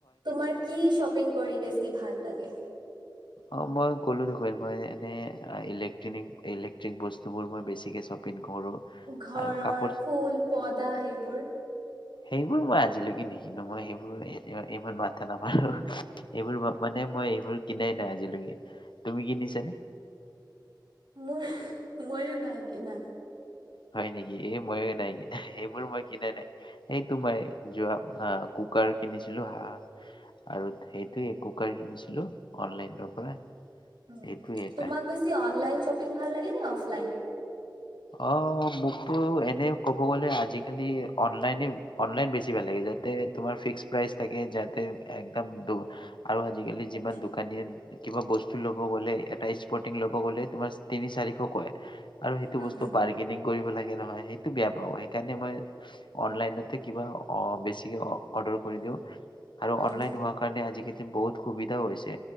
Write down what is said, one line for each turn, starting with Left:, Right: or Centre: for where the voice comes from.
Right: তোমাৰ কি শ্বপিং কৰি বেছি ভাল লাগে
Left: অ মই কলো দেখোন এনে এলেট্ৰিক বস্তুবোৰ মই বেছিকে শ্বপিং কৰো
Right: ঘৰৰ
Left: আৰু কাপোৰ
Right: ফুল পদা সেইবোৰ
Left: সেইবোৰ মই আজিলৈকে নেকনো মই সেইবোৰ ইমান মাথা নামাৰোঁ। সেইবোৰ মানে মই সেইবোৰ কিনাই নাই আজিলৈকে তুমি কিনিছানে
Right: মোৰ মইয়ো নাই কিনা
Left: হয় নেকি এই মই নাই কি এইবোৰ মই কিনা নাই এইটো মই যোৱা কুকাৰ কিনিছিলো হা আৰু সেইটোৱে কুকাৰ কিনিছিলো অনলাইনৰ পৰা
Right: উ
Left: সেইটোৱে এটা
Right: তোমাক বেছি অনলাইন শ্বপিং ভাল লাগে নে অফলাইন
Left: অ মোকতো এনে ক'ব গলে আজিকালি অনলাইনে অনলাইন বেছি ভাল লাগে যে তোমাৰ ফিক্স প্ৰাইচ থাকে যাতে একদম আৰু আজিকালি
Right: আচ্ছা
Left: যিমান দোকানীয়ে কিবা বস্তু লব গলে এটা স্পৰ্তিং লব গলে তোমাৰ তিনি চাৰিখ কয় আৰু সেইটো
Right: উম
Left: বস্তো বাৰ্গেনিং কৰিব লাগে নহয় সেইটো বেয়া পাব সেইকাৰণে মই অনলাইনতে কিবা অ বেছিকে অৰ্ডাৰ কৰি দিওঁ
Right: হম
Left: আৰু অনলাইন হোৱাৰ কাৰণে আজি বহুত সুবিধাও হৈছে